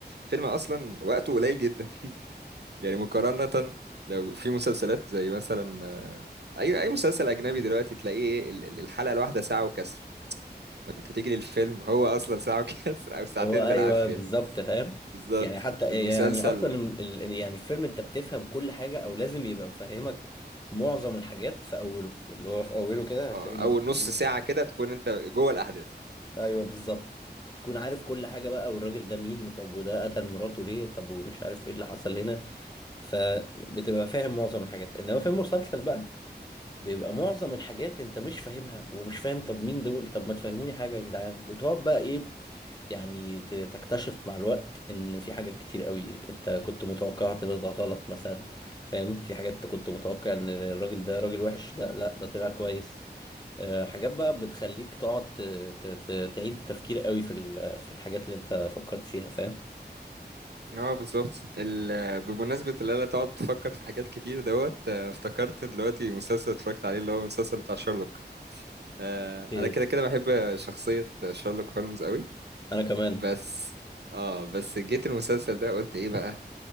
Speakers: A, on the right; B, on the left.
A: فيلم أصلا وقته قليل جدا <laughs> يعني مقارنة لو في مسلسلات زي مثلا آه، أي أي مسلسل أجنبي دلوقتي تلاقيه ال- ال- الحلقة الواحدة ساعة وكسر انت تيجي للفيلم هو اصلا ساعة وكسر او ساعتين
B: هو ايوه
A: بالعافية
B: بالظبط فاهم
A: بالظبط
B: يعني حتى
A: المسلسل
B: يعني اصلا ال- ال- يعني الفيلم انت بتفهم كل حاجه او لازم يبقى مفهمك معظم الحاجات في اوله اللي هو في اوله كده هتلاقي
A: اه،
B: نفسك
A: اول نص
B: ايه
A: ساعة كده تكون انت جوه الاحداث
B: ايوه بالظبط تكون عارف كل حاجه بقى والراجل ده مين وطب وده قتل مراته ليه طب ومش عارف ايه اللي حصل هنا فبتبقى فاهم معظم الحاجات انما في المسلسل بقى بيبقى معظم الحاجات انت مش فاهمها ومش فاهم طب مين دول طب ما تفهموني حاجة يا جدعان وتقعد بقى ايه يعني ت- تكتشف مع الوقت ان في حاجات كتير قوي انت كنت متوقعها ان ده غلط مثلا فاهم في حاجات انت كنت متوقع ان الراجل ده راجل وحش لا لا ده طلع كويس اه، حاجات بقى بتخليك تقعد ت- ت- ت- تعيد التفكير قوي في ال- في الحاجات اللي انت فكرت فيها فاهم
A: اه بالظبط ال- بمناسبة اللي انا تقعد تفكر في حاجات كتير دوت آه، افتكرت دلوقتي مسلسل اتفرجت عليه اللي هو المسلسل بتاع شارلوك آه،
B: ايه
A: انا كده كده بحب شخصية شارلوك هولمز قوي
B: انا كمان
A: بس اه بس جيت المسلسل ده قلت ايه بقى